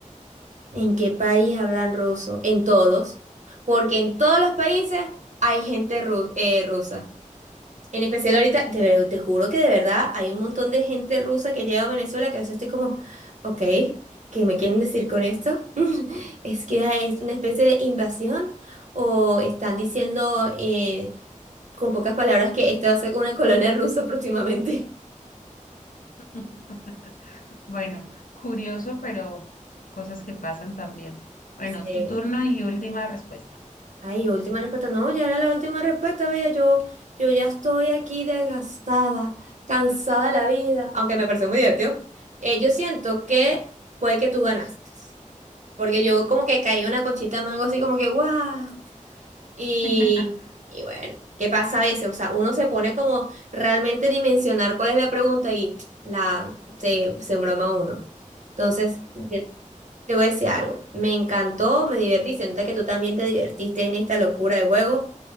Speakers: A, on the right; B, on the left.
A: ¿En qué país hablan ruso? En todos. Porque en todos los países hay gente ru- eh, rusa. En especial ahorita, de ver- te juro que de verdad hay un montón de gente rusa que llega a Venezuela que a veces estoy como, ok, ¿qué me quieren decir con esto? <laughs> ¿Es que es una especie de invasión? ¿O están diciendo eh, con pocas palabras que esto va a ser una colonia rusa próximamente?
B: <laughs> Bueno, curioso, pero cosas que pasan también. Bueno,
A: Sí.
B: tu turno y última respuesta.
A: Ay, última respuesta. No, ya era la última respuesta, bella. Yo, yo ya estoy aquí desgastada, cansada de la vida. Aunque me pareció muy divertido. Eh, yo siento que puede que tú ganaste. Porque yo como que caí una cochita de mango así como que ¡guau! Y,
B: <laughs>
A: y bueno, ¿qué pasa a veces? O sea, uno se pone como realmente a dimensionar cuál es la pregunta y la se, se embroma uno. Entonces, te, te voy a decir algo. Me encantó, me divertí. Se nota que tú también te divertiste en esta locura de juego,